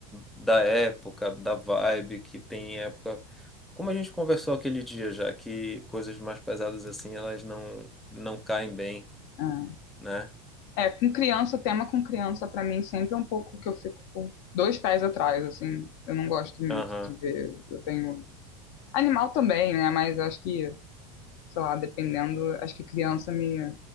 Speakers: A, in the centre; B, on the left.
A: da época, da vibe que tem época. Como a gente conversou aquele dia já, que coisas mais pesadas assim, elas não, não caem bem,
B: Ah.
A: né?
B: É, com criança, tema com criança, pra mim, sempre é um pouco que eu fico com dois pés atrás, assim. Eu não gosto muito
A: Aham.
B: de ver. Eu tenho. Animal também, né? Mas eu acho que, sei lá, dependendo, acho que criança me